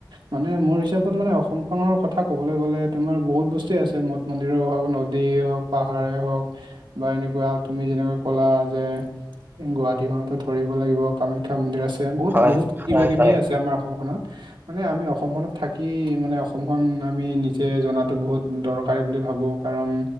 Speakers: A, on the right; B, on the right.
A: মানে, মোৰ হিচাপত মানে, অসম খনৰ কথা ক'বলৈ গ'লে, তোমাৰ বহুত বস্তুৱে আছে। ম মন্দিৰে হওঁক, নদীয়ে হওঁক, পাহাৰে হওঁক। বা এনেকুৱা, তুমি যেনেকৈ ক'লা যে, গুৱাহাটীখনতো ধৰিব লাগিব। <unintelligible> শিক্ষা মন্দিৰ আছে। বহুত,
B: হয়
A: বহুত, কিবা
B: হয়
A: কিবিয়ে
B: হয়
A: আছে, আমাৰ অসমখনত। মানে, আমি অসমখনত থাকি, মানে অসমখন আমি, নিজে জনাতো, বহুত দৰকাৰী বুলি ভাবোঁ। কাৰণ,